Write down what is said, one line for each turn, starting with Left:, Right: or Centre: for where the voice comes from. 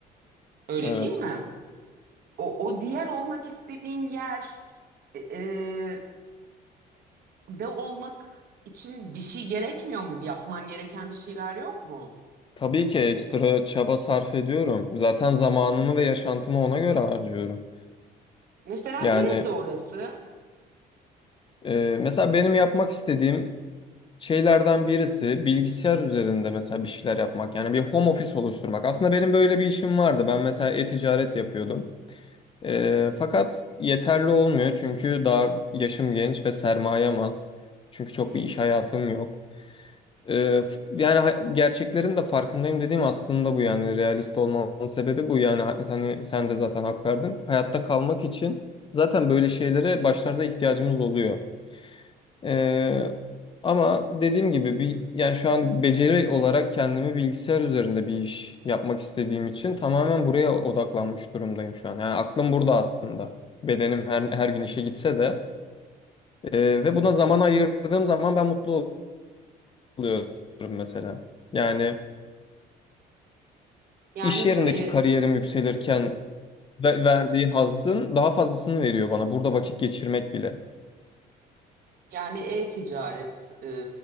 Right: Öyle
Left: evet.
Right: değil mi? O, o diğer olmak istediğin yer e, e, de olmak için bir şey gerekmiyor mu? Yapman gereken bir şeyler yok mu?
Left: Tabii ki ekstra çaba sarf ediyorum. Zaten zamanımı ve yaşantımı ona göre harcıyorum.
Right: Mesela
Left: Yani
Right: neresi orası?
Left: e, mesela benim yapmak istediğim şeylerden birisi bilgisayar üzerinde mesela bir şeyler yapmak. Yani bir home office oluşturmak. Aslında benim böyle bir işim vardı. Ben mesela e-ticaret yapıyordum. Ee, fakat yeterli olmuyor çünkü daha yaşım genç ve sermayem az. Çünkü çok
Right: Hmm.
Left: bir iş hayatım yok. Ee, f- yani ha- gerçeklerin de farkındayım dediğim aslında bu yani realist olmamın sebebi bu yani ha- hani sen de zaten hak verdin. Hayatta kalmak için zaten böyle şeylere başlarda ihtiyacımız oluyor. Ee, ama dediğim gibi bir, yani şu an beceri olarak kendimi bilgisayar üzerinde bir iş yapmak istediğim için tamamen buraya odaklanmış durumdayım şu an. Yani aklım burada aslında. Bedenim her, her gün işe gitse de Ee, ve buna zaman ayırdığım zaman ben mutlu oluyorum mesela. Yani
Right: Yani
Left: iş yerindeki
Right: e,
Left: kariyerim yükselirken ve- verdiği hazzın daha fazlasını veriyor bana burada vakit geçirmek bile.
Right: yani e-ticaret e,